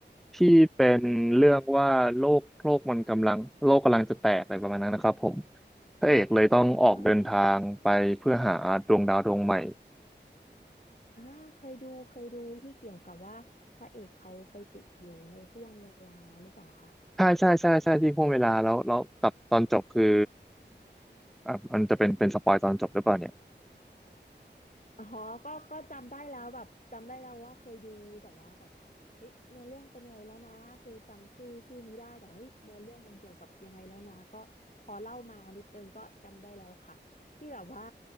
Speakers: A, in the centre; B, on the left.
A: ที่เป็นเรื่องว่าโลกโลกมันกำลังโลกกำลังจะแตกอะไรประมาณนั้นนะครับผมพระเอกเลยต้องออกเดินทางไปเพื่อหาดวงดาวดวงใหม่
B: อ่าอ่าเคยดูเคยดูที่เกี่ยวกับว่าพระเอกเขาไปติดอยู่ในห้วงเวลาหรือเปล่าคะ
A: ใช่ใช่ใช่ใช่ที่พ่วงเวลาแล้วแล้วกับตอนจบคืออ่ะมันจะเป็นเป็นสปอยตอนจบหรือเปล่าเนี่ย
B: อ๋อก็ก็จำได้แล้วแบบจำได้แล้วว่าเคยดูแต่ว่าแบบเฮ้ยเนื้อเรื่องเป็นยังไงแล้วนะคือจำชื่อชื่อนี้ได้แต่เฮ้ยเนื้อเรื่องมันเกี่ยวกับยังไงแล้วนะก็พอเล่ามานิดนึงก็จำได้แล้วค่ะที่แบบว่า